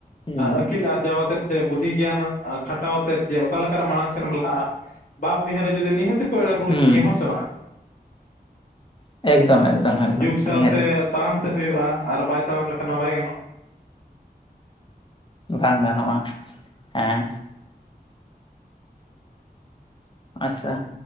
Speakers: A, on the left; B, on the left.
A: ᱦᱩᱸ
B: ᱟᱹᱠᱤᱞ ᱟᱨᱡᱟᱣ ᱟᱛᱮᱫ ᱥᱮ ᱯᱩᱛᱷᱤ ᱜᱮᱭᱟᱱ ᱟᱸ ᱠᱷᱟᱴᱟᱣ ᱟᱛᱮᱫ ᱡᱮ ᱚᱠᱟᱞᱮᱠᱟᱨᱮ ᱢᱟᱲᱟᱝ ᱥ ᱞᱟᱦᱟᱜ-ᱟ ᱵᱟᱢ ᱩᱭᱦᱟᱹᱨᱟ ᱡᱩᱫᱤ ᱱᱤᱦᱟᱹᱛᱠᱚ ᱮᱲᱮ ᱜᱷᱩᱨᱩᱡ
A: ᱦᱩᱸ
B: ᱢᱮᱭᱟ ᱦᱚᱸ ᱥᱮ ᱵᱟᱝᱟ
A: ᱮᱠᱫᱚᱢ ᱮᱠᱫᱚᱢ ᱮᱠᱫᱚᱢ
B: ᱡᱩᱜᱽ ᱥᱟᱶᱛᱮ
A: ᱱᱤᱦᱟᱹᱛ
B: ᱛᱟᱲᱟᱢᱛᱮ ᱦᱩᱭᱩᱜ-ᱟ ᱟᱨ ᱵᱟᱭ ᱛᱟᱲᱟᱢ ᱞᱮᱠᱷᱟᱱ ᱦᱚᱸ ᱵᱟᱭ ᱜᱟᱱᱚᱜ-ᱟ
A: ᱵᱟᱝ ᱜᱟᱱᱚᱜ-ᱟ ᱦᱮᱸ ᱟᱪᱪᱷᱟ